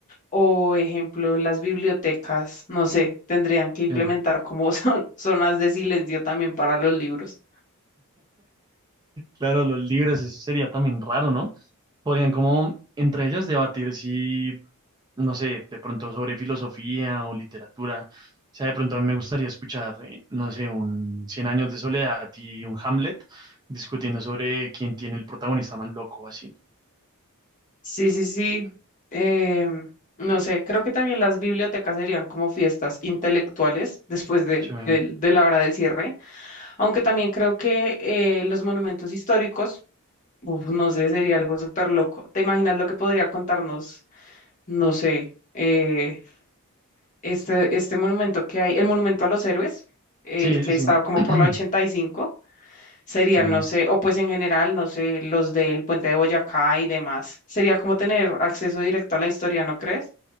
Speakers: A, on the left (about 35°); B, on the right (about 20°).
A: O, ejemplo, las bibliotecas, no sé, tendrían que implementar
B: bien.
A: como son <laughs> zonas de silencio también para los libros.
B: Claro, los libres, eso sería también raro, ¿no? Podrían como entre ellos debatir si, no sé, de pronto sobre filosofía o literatura. O sea, de pronto a mí me gustaría escuchar, eh, no sé, un Cien años de soledad y un Hamlet discutiendo sobre quién tiene el protagonista más loco, así.
A: Sí, sí, sí. em, no sé, creo que también las bibliotecas serían como fiestas intelectuales después del-
B: Sí,
A: del- de la hora del cierre Aunque también creo que eh, los monumentos históricos, uf, no sé, sería algo súper loco. ¿Te imaginas lo que podría contarnos, no sé, eh, este, este monumento que hay, el monumento a los héroes, el
B: sí,
A: que
B: sí.
A: está como por
B: sí.
A: la 85,
B: <clears throat>
A: sería,
B: Sí,
A: no sé, o pues en general, no sé, los del puente de Boyacá y demás. Sería como tener acceso directo a la historia, ¿no crees?